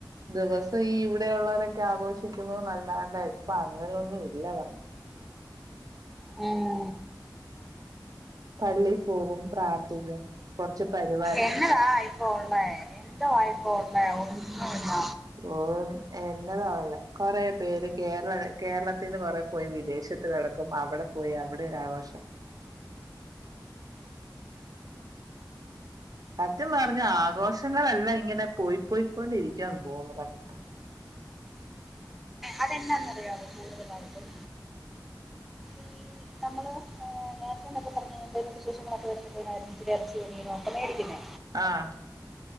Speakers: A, on the right; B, in the centre.
A: ദിവസോം ഈ ഇവിടെയുള്ളവരൊക്കെ ആഘോഷിക്കുന്നു നല്ലാണ്ട് ഇപ്പ അങ്ങനെയൊന്നും ഇല്ല പറഞ്
B: ഉം
A: പള്ളീ പോകും പ്രാർത്ഥിക്കും കൊറച്ച് പരു
B: എന്നതായിപ്പൊ ഒള്ളെ എന്തുവായിപ്പോ ഉള്ളെ ഒന്നൂല്ല.
A: ഓം എന്നതാ കൊറേ പേര് കേരള കേരളത്തിന്ന് കൊറേ പോയി വിദേശത്ത് കെടക്കും അവ്ടെ പോയി അവിടെരാഘോഷം സത്യം പറഞ്ഞ ആഘോഷങ്ങളെല്ലാ ഇങ്ങനെ പോയി പോയിക്കൊണ്ടിരിക്കാൻ പോകുന്നു കണ്ട്ട്ട്
B: അതെന്നാന്നറിയാവോ കൂടുതലായിട്ടും ഈ നമ്മൾ നേരത്തെന്നൊക്കെ പറഞ്ഞഴിഞ്ഞാ എന്തേലും വിശേഷങ്ങളൊക്കെ വരുമ്പോത്തേനായിരുന്നു ഇത്തിരി ഇറച്ചിയോ, മീനോ ഒക്കെ മേടിക്കുന്നേ
A: ആഹ